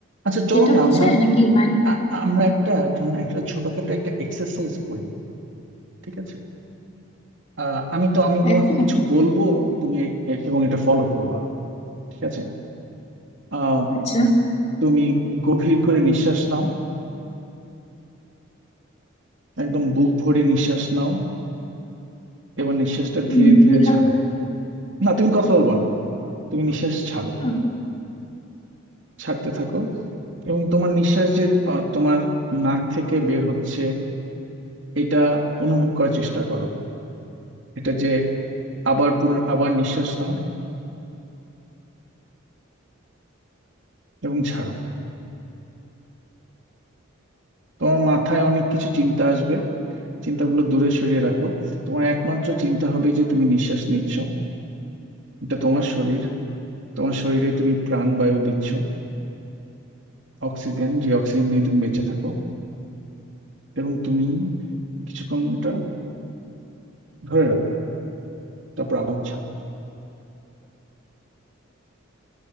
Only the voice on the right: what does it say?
আচ্ছা চলো
না
আমরা
আ- আমরা একটা ধরুন একটা ছোটখাটো একটা এক্সারসাইজ করি ঠিক আছে আহ, আমি তো আমি তোমাকে
কিছু বলবো তুমি এ- এবং এটা ফলো করবা ঠিক আছে আহ,
তুমি গভীর করে নিঃশ্বাস নাও একদম বুক ভরে নিঃশ্বাস নাও এবং নিঃশ্বাসটা
ধীরে ধীরে
ছাড়ো না তুমি কথা বলবা না তুমি নিঃশ্বাস ছাড়ো
ছাড়তে থাকো এবং তোমার নিঃশ্বাস যে আহ, তোমার নাক থেকে বের হচ্ছে এটা অনুভব করার চেষ্টা করো এটা যে আবার পুনর আবার নিঃশ্বাস নাও এবং ছাড়ো তোমার মাথায় অনেক কিছু চিন্তা আসবে চিন্তাগুলো দূরে সরিয়ে রাখো তোমার একমাত্র চিন্তা হবে যে তুমি নিঃশ্বাস নিচ্ছ এটা তোমার শরীর তোমার শরীরে তুমি প্রাণবায়ু দিচ্ছ অক্সিজেন যে অক্সিজেন নিয়ে তুমি বেঁচে থাকো এবং তুমি কিছুক্ষণ এটা ধরে রাখো তারপর আবার ছাড়ো